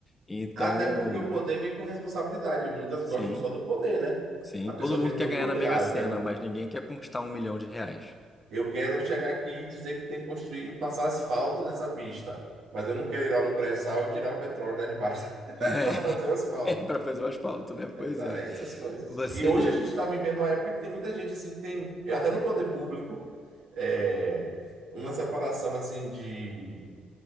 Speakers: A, on the left; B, on the right.
A: Então,
B: Até porque o poder vem com responsabilidade. Muitas
A: sim,
B: gostam só do poder, né?
A: sim,
B: A
A: todo
B: pessoa
A: mundo
B: quer
A: quer
B: ter o
A: ganhar
B: poder.
A: na Mega
B: Ah,
A: Sena,
B: eu quero,
A: mas ninguém quer conquistar um milhão de reais.
B: eu quero chegar aqui e dizer que tem que construir, passar asfalto nessa pista. Mas eu não quero ir lá no pré-sal e tirar o petróleo lá de baixo <laughs>
A: <laughs>
B: para fazer o asfalto.
A: É, para fazer o asfalto, né?
B: Essa-
A: Pois é.
B: é essas coisas.
A: Você.
B: E hoje a gente está vivendo uma época que tem muita gente assim que tem, e até no poder público, é, uma separação assim de